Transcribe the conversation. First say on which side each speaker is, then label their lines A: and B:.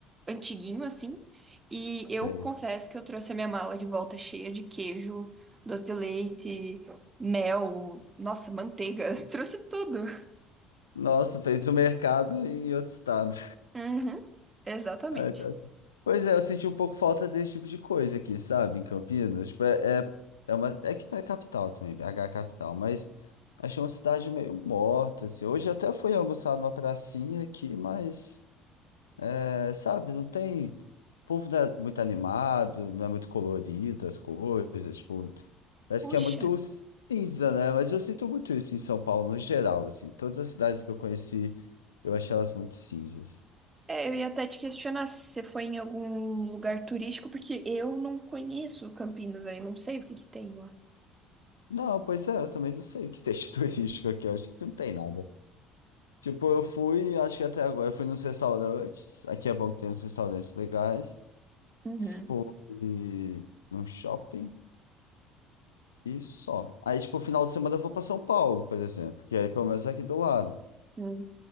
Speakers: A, on the right (about 25°); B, on the left (about 80°).
A: antiguinho assim, e eu
B: Sei.
A: confesso que eu trouxe a minha mala de volta cheia de queijo, doce de leite, mel, nossa, manteiga, <laughs> trouxe tudo.
B: Nossa, fez o mercado em outro estado.
A: Uhum, exatamente.
B: <laughs> Ai, tá. Pois é, eu senti um pouco falta desse tipo de coisa aqui, sabe? Em Campinas. Tipo, é, é, é uma, é que tá capital também, BH é capital, mas achei uma cidade meio morta, assim. Hoje eu até fui almoçar numa pracinha aqui, mas. É, sabe, não tem. O povo não é muito animado, não é muito colorido as coisas, tipo, parece
A: Puxa,
B: que é muito cinza, né? Mas eu sinto muito isso em São Paulo no geral, assim. Todas as cidades que eu conheci, eu achei elas muito cinzas.
A: é, eu ia até te questionar se você foi em algum lugar turístico, porque eu não conheço Campinas aí, não sei o que que tem lá.
B: Não, pois é, eu também não sei o que texto <laughs> turístico aqui, eu acho que não tem nada. Tipo, eu fui, acho que até agora, eu fui nos restaurantes, aqui é bom que tem uns restaurantes legais.
A: Uhum.
B: Fui num shopping. E só. Aí, tipo, final de semana eu vou pra São Paulo, por exemplo. Que aí pelo menos é aqui do lado.
A: Hum.